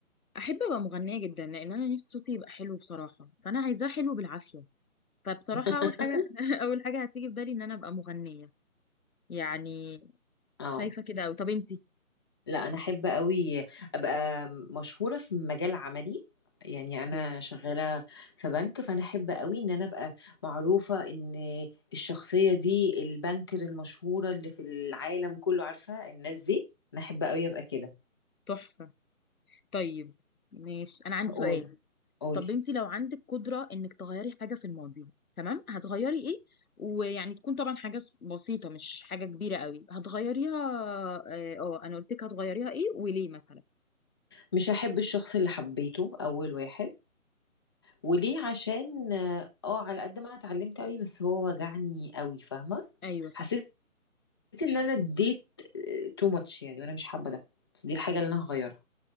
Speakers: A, on the left; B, on the left.
A: احب ابقى مغنية جدا لان انا نفسي صوتي يبقى حلو بصراحة فانا عايزاه حلو بالعافية فبصراحة
B: <laughs>
A: أول حاجة <laughs> أول حاجة هتيجي في بالي إن أنا أبقى مغنية يعني
B: اه
A: شايفة كده أوي طب أنتي
B: لا انا احب قوي ابقى مشهوره في مجال عملي يعني
A: اوكي
B: انا شغاله في بنك فانا احب قوي ان انا ابقى معروفه ان الشخصيه دي البنكر المشهوره اللي في العالم كله عارفه الناس دي انا احب قوي ابقى كده
A: تحفة طيب ماشي أنا عندي
B: قول
A: سؤال
B: قولي
A: طب أنتي لو عندك قدرة إنك تغيري حاجة في الماضي تمام هتغيري إيه ويعني تكون طبعا حاجة س- بسيطة مش حاجة كبيرة أوي هتغيريها آه آه، أنا قلت لك هتغيريها إيه وليه مثلا
B: مش هحب الشخص اللي حبيته اول واحد وليه عشان اه على قد ما انا اتعلمت قوي بس هو وجعني قوي فاهمه
A: أيوة فاهمة
B: حسيت ان انا اديت تو ماتش يعني وانا مش حابه ده دي الحاجه اللي انا هغيرها